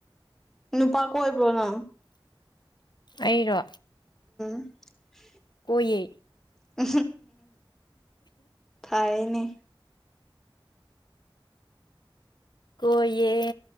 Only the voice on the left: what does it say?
ꯑꯩꯔꯣ
ꯑꯩꯏ
ꯀꯣꯏꯌꯦ